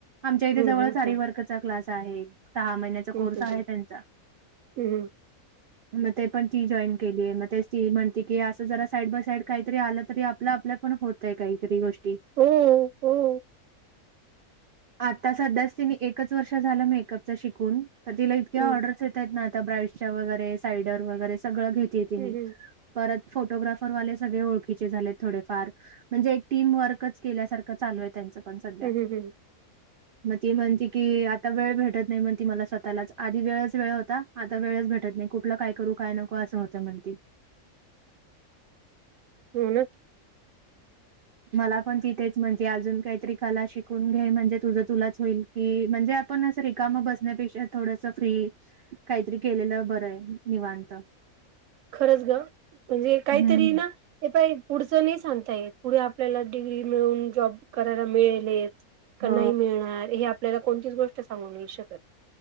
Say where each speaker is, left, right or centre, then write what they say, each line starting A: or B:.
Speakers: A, on the right (about 85°); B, on the right (about 70°).
A: आमच्या इथे
B: हम्म
A: जवळ
B: हम्म
A: आरी
B: हम्म
A: वर्कचा क्लास आहे. सहा महिन्याचा
B: हम्म
A: कोर्स
B: हम्म
A: आहे त्यांचा.
B: हम्म हम्म.
A: <inaudible> मग ते पण ती जॉईन केलीये. मग ते ती म्हणते की असं जरा साईड बाय साईड काहीतरी आलं तरी आपलं आपल्या पण होत तय. काहीतरी गोष्टी.
B: हो हो.
A: आता सध्याच तिने एकच वर्ष झालं मेकअपच शिकून. तर तिला इतक्या
B: हम्म
A: ऑर्डरस येतायेत ना आता. ब्राईटच्या वगैरे, साईडर वगैरे सगळं घेते तिनी.
B: हम्म हम्म
A: परत फोटोग्राफरवाले सगळे ओळखीचे झाले थोडेफार. म्हणजे एक टीम वर्कच केल्यासारखं चालूये. त्यांचं पण सध्या.
B: हम्म हम्म हम्म
A: मग ती म्हणते की आता वेळ भेटत नाही म्हणती मला स्वतःलाच. आधी वेळच वेळ होता. आता वेळच भेटत नाही. कुठलं काय करू? काय नको असं होतं म्हणती.
B: हो ना.
A: मला पण ती तेच म्हणते. अजून काहीतरी कला शिकून घे. म्हणजे तुझं तुलाच होईल की. म्हणजे पण असं रिकाम बसण्यापेक्षा, थोडस फ्री काहीतरी केलेलं बरंय. निवांत.
B: खरंच ग. म्हणजे काहीतरी
A: हम्म.
B: ना हे पाई पुढचं नाही सांगता येत. पुढे आपल्याला डिग्री मिळून जॉब करायला मिळेलेत. का
A: हो
B: नाही मिळणार? हे आपल्याला कोणतीच गोष्ट सांगू नाही शकत.